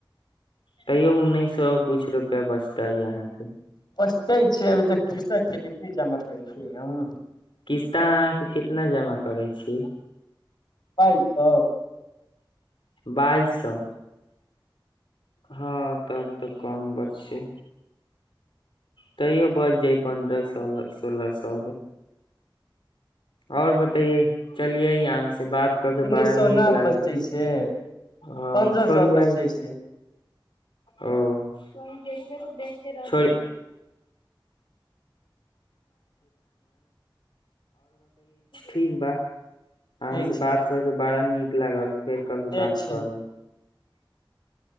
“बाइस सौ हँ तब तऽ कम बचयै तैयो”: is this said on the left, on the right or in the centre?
Left